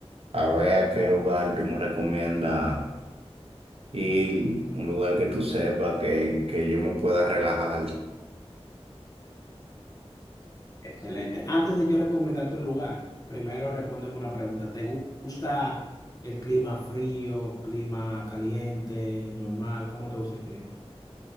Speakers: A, on the right (about 60°); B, on the left (about 35°).
A: A ver a qué lugar tú me recomiendas ir, un lugar que tú sepas que, que yo me pueda relajar.
B: Excelente. Antes de yo recomendarte un lugar, primero respóndeme una pregunta. ¿Te gu- gusta el clima frío, clima caliente, normal? ¿Cómo te gusta el clima?